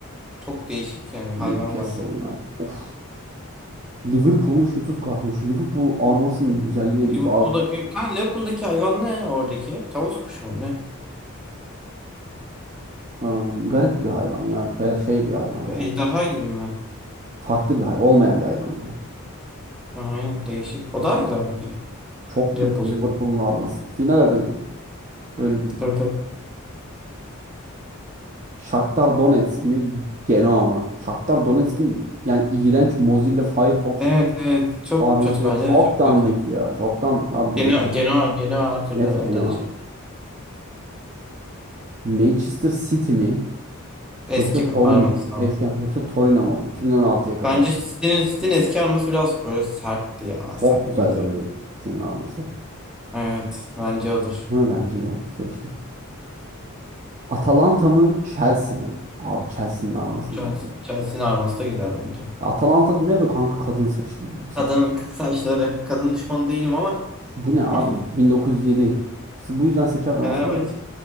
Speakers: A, in the centre; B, on the right.
A: Çok değişik yani bir
B: Newcastle
A: hayvan var.
B: United. Of. Liverpool'un şu tut kartmış. Liverpool'un armasının güzelliğine bir
A: Liverpool'daki,
B: bak.
A: kan Liverpool'daki hayvan ne oradaki? Tavus kuşu mu ne?
B: Am, garip bir hayvan ya. Her şey bir hayvan
A: Ve
B: herhalde.
A: Ejderha gibi mi?
B: Farklı bir hayvan. Olmayan bir hayvan gibi.
A: Aynen değişik. O daha güzel bence.
B: Çok
A: Liverpool.
B: güzel Liverpool'un arması. Final adayı. Öyle diyeyim.
A: Tabii tabii.
B: Shakhtar Donetsk mi? Genoa mı? Shakhtar Donetsk'in yani iğrenç Mozilla Firefox
A: Evet evet. Çok
B: arması.
A: kötü
B: Ya
A: bence
B: çok
A: de çok
B: dandik
A: kötü.
B: ya. Çok dandik. Abi bu
A: Genoa,
B: ne?
A: Genoa, Genoa her türlü
B: Net
A: öndedir.
B: Genoa. Manchester City mi?
A: Eski
B: Yoksa Torin
A: arması ama.
B: eski yoksa Torino mu? 2016'ya kadar.
A: Bence City'nin City'nin eski arması biraz böyle sertti ya. Sert
B: Çok güzel
A: bir mizah.
B: duruyor City'nin arması.
A: Evet. Bence odur.
B: Değil mi? Bence de o. Seçtim. Atalanta mı Chelsea mi? Abi Chelsea'nin arması
A: Ama Chelsea,
B: ne güzel.
A: Chelsea'nin arması da güzel bence.
B: Atalanta'da ne böyle kanka kadın saçı gibi bir saç.
A: Kadın kız saçları. Kadın düşmanı değilim ama.
B: Bu ne abi?
A: <laughs>
B: 1907. Bu yüzden seçerdim
A: Fenerbahçe.
B: aslında.